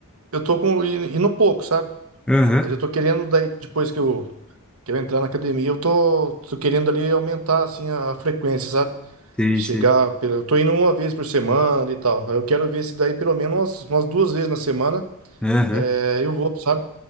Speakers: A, on the right; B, in the centre.
A: eu tô com. E, e no pouco, sabe?
B: Aham,
A: Mas eu tô querendo, daí, depois que eu, que eu entrar na academia, eu tô, tô querendo ali aumentar assim, a frequência, sabe?
B: sei,
A: Chegar,
B: sei.
A: pela... eu tô indo uma vez por semana e tal. Eu quero ver se daí pelo menos umas, umas duas vezes na semana
B: Aham.
A: é, eu vou, sabe?